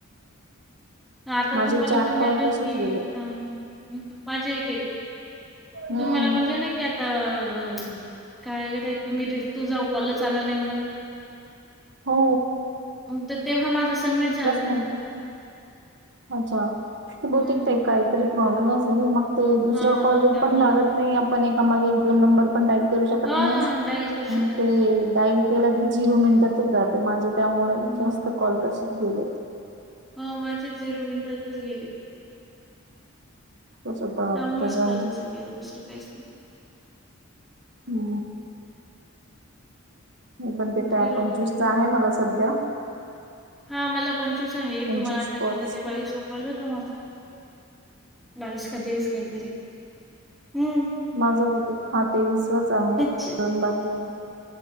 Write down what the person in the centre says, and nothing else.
हा आता
तुम्हाला
म्हणलं
ना
कि
ह ह माझेही गेले.
तुम्हाला म्हणलं ना कय तर काय ग ते की मी तूजा कॉलच आला नाही मला
तर तेव्हा माझं सबमिट झालं
हं.
हां,
त्यामुळे.
हां,
हां. डायल करू शकत
नाही.
हं.
हो माझे झिरो मिनिटातच गेली.
त्यामुळेच
कॉलच गेलं. दुसरं काहीच नाही.
नाही.
झिरो
मुलींचा.
हा मला पंचवीस आहे.
तुम्हाला आता केल
तर ते बाईस सोपवल होत मला. बावीस का तेवीस काहीतरी, हूं.
च